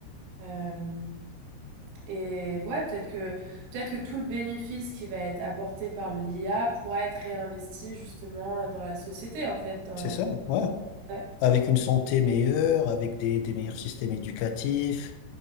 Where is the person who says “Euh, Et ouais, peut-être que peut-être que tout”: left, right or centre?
Right